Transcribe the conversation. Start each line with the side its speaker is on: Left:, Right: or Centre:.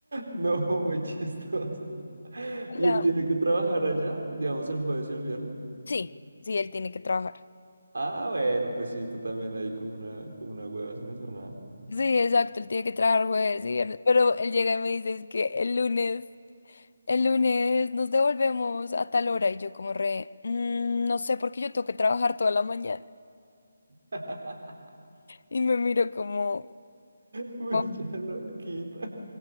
Right: No, muy chistoso. <laughs>
Left: O
Right: ¿Y
Left: sea,
Right: él tiene que trabajar allá, digamos, el jueves y el viernes?
Left: Sí, sí, él tiene que trabajar.
Right: Ah, bueno, pues sí, tú también ahí como una, como una hueva sin hacer nada.
Left: Sí, exacto, él tiene que trabajar jueves y viernes, pero él llega y me dice es que el lunes El lunes nos devolvemos a tal hora y yo como re, "Mm, no sé porque yo tengo que trabajar toda la mañana.
Right: <laughs>
Left: Y me miro como,
Right: Uy,
Left: "Oh,
Right: ya la horquita.